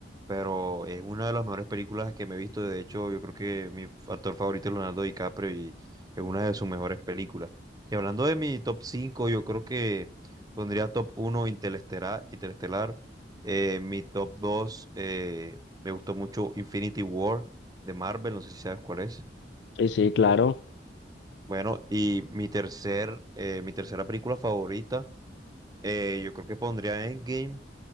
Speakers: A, on the right (about 20°); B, on the left (about 70°).
A: pero es una de las mejores películas que me he visto. De hecho, yo creo que mi actor favorito es Leonardo DiCaprio y es una de sus mejores películas. Y hablando de mi top 5 yo creo que pondría top uno Interestelar, Interestelar eh, mi top 2 eh, me gustó mucho Infinity War de Marvel, no sé si sabes cuál es.
B: Sí, sí, claro.
A: Bueno, y mi tercer, eh, mi tercera película favorita, eh, yo creo que pondría Endgame.